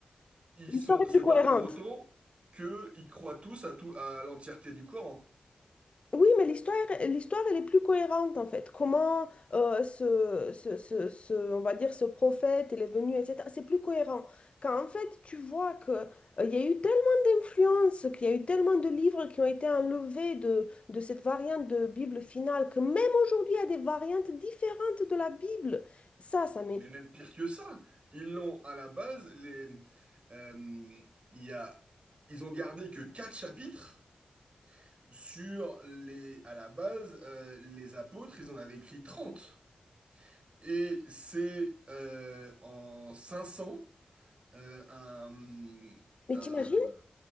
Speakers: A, on the right; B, on the left.
A: ils
B: L'histoire
A: sont,
B: est
A: c'est
B: plus cohérente.
A: pas pour autant qu'ils croient tous à tout, à l'entièreté du Coran.
B: Oui, mais l'histoire, l'histoire, elle est plus cohérente en fait. Comment euh, ce, ce- ce- ce- on va dire, ce prophète, il est venu, etc. C'est plus cohérent. Quand en fait, tu vois que euh, il y a eu tellement d'influences, qu'il y a eu tellement de livres qui ont été enlevés de, de cette variante de Bible finale, que même aujourd'hui, il y a des variantes différentes de la Bible. Ça, ça m'étonne.
A: Mais même pire que ça, ils l'ont à la base, les, euh, il y a, ils ont gardé que quatre chapitres sur les, à la base, euh, les apôtres, ils en avaient écrit trente Et c'est euh, en 500, euh, un,
B: Mais
A: un-
B: t'imagines?